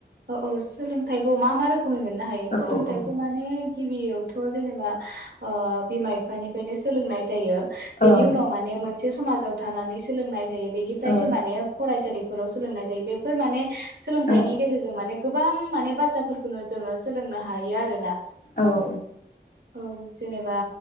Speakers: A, on the right (about 75°); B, on the left (about 55°).
A: ओ औ सोलोंथाइखौ मा मा रो गुबै मोननो हायो सोलोंथाइखौ
B: औ औ
A: माने गिबियावथ' जेनेबा ओ बिमा बिफानिफ्रायनो सोलोंनाय जायो। बेनि
B: ओं
A: उनाव माने मोन मोनसे समाजाव थानानै सोलोंनाय जायो बेनिफ्रायसो
B: ओं
A: माने फरायसालि फोराव सोलोंनाय जायो बे फोर माने सोलोंथाइनि
B: ओं
A: गेजेरजों माने गोबां माने बाथ्राफोरखौनो जोङो सोलोंनो हायो आरोना।
B: औ ओ
A: औ जेनेबा